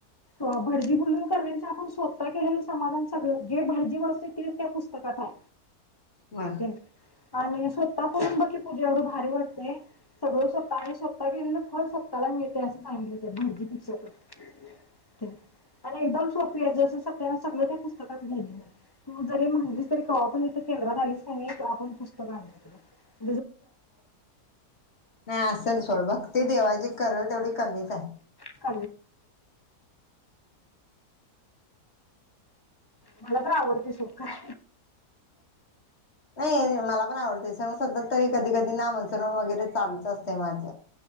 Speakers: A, on the left (about 20°); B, on the left (about 40°).
A: अ भर्जी <unintelligible> ल करण्या आपण स्वत त केलेलं समाधान सगळ जे भाजी व असते ते त्या पुस्तकात आहे.
B: बर
A: ते आणि. स्वतः पून बकी पूजेवर भारी वारते सगळं स्वतः आणि स्वतः गेलेलं फ स्वतःला मिळते असं सांगितलं <unintelligible> म्हजी पिक आणि एकदम स्ोपीया त्या सगळं त्या पुस्तकात घे. तू जरी म्हहिली तरी का पण ईथे. केंद्रात आलीस का नाही, आपण पुस्तक अनु <unintelligible> यात ग.
B: नाई असेल सोड भत्ती देवाची. करल तेवढी कमीच आहे.
A: <unintelligible> मला तर आवडते सुख खा.
B: नाई मला. पण आवडत स स तरी कधी कधी ना म्हसरून वगैरे चालत देवाच.